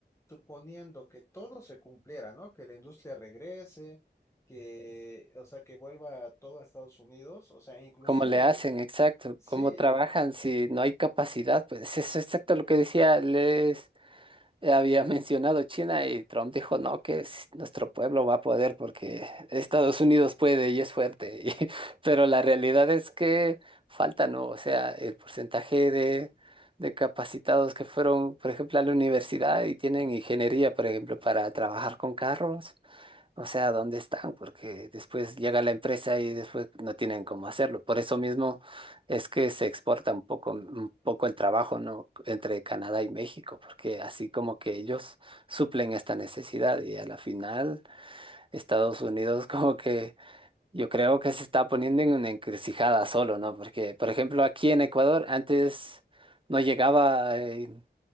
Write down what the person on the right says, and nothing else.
¿Cómo le
hacen? Exacto.
¿Cómo trabajan si no hay capacidad? Pues eso es exacto lo que decía Les. eh, había mencionado China y Trump dijo, no, que es- nuestro pueblo va a poder porque Estados Unidos puede y es fuerte. <laughs> Y- pero la realidad es que falta, ¿no? O sea, el porcentaje de, de capacitados que fueron, por ejemplo, a la universidad y tienen ingeniería, por ejemplo, para trabajar con carros. O sea, ¿dónde están? Porque después llega la empresa y después no tienen cómo hacerlo. Por eso mismo es que se exporta un poco, un poco el trabajo, ¿no? entre Canadá y México, porque así como que ellos suplen esta necesidad y a la final Estados Unidos <laughs> como que yo creo que se está poniendo en una encrucijada solo, ¿no? Porque, por ejemplo, aquí en Ecuador antes no llegaba eh,